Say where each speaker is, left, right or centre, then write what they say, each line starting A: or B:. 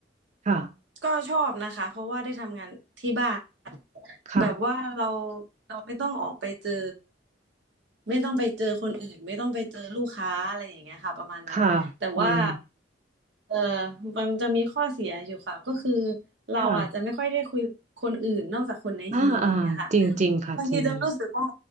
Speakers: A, on the right (about 40°); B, on the right (about 75°).
A: ค่ะ
B: ก็ชอบนะคะเพราะว่าได้ทำงานที่บ้าน
A: ค่ะ
B: แบบว่าเราเราไม่ต้องออกไปเจอไม่ต้องไปเจอคนอื่นไม่ต้องไปเจอลูกค้าอะไรอย่างเงี้ยค่ะประมาณนั้นแต่ว่า
A: ค่ะอืม
B: เออมันจะมีข้อเสียอยู่ค่ะก็คือเราอาจจะไม่ค่อยได้คุยคนอื่นนอกจากคนในทีมอย่างเงี้ยค่ะ
A: ค่ะอ่าอ่าจริงจริงค่ะจริง
B: บางทีจะรู้สึกว่า